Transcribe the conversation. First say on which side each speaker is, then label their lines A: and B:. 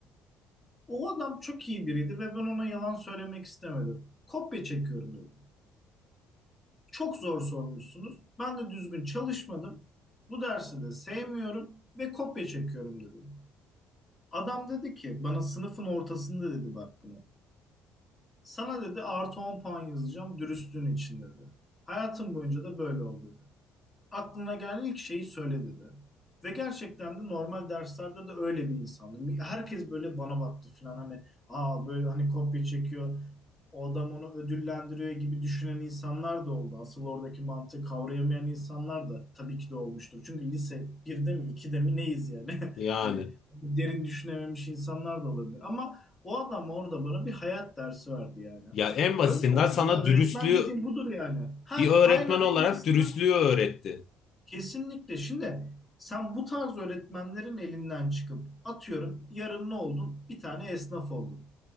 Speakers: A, on the left; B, on the left.
A: O adam çok iyi biriydi ve ben ona yalan söylemek istemedim. Kopya çekiyorum dedi. Çok zor sormuşsunuz. Ben de düzgün çalışmadım. Bu dersi de sevmiyorum ve kopya çekiyorum dedim. Adam dedi ki bana sınıfın ortasında dedi bak bunu. Sana dedi artı 10 puan yazacağım dürüstlüğün için dedi. Hayatım boyunca da böyle ol dedi. Aklına gelen ilk şeyi söyle dedi. Ve gerçekten de normal derslerde de öyle bir insandım. Herkes böyle bana baktı falan hani aa böyle hani kopya çekiyor o adam onu ödüllendiriyor gibi düşünen insanlar da oldu. Asıl oradaki mantığı kavrayamayan insanlar da tabii ki de olmuştur. Çünkü lise 1'de mi 2'de mi neyiz yani?
B: Yani
A: <laughs> Hani derin düşünememiş insanlar da olabilir. Ama o adam orada bana bir hayat dersi verdi yani.
B: ya en basitinden
A: Böyle olmalı.
B: sana
A: ya. Öğretmen
B: dürüstlüğü
A: dediğim budur yani. Ha
B: bir öğretmen
A: aynen
B: olarak
A: en basitinden.
B: dürüstlüğü öğretti.
A: Kesinlikle. Şimdi sen bu tarz öğretmenlerin elinden çıkıp atıyorum yarın ne oldun? Bir tane esnaf oldun.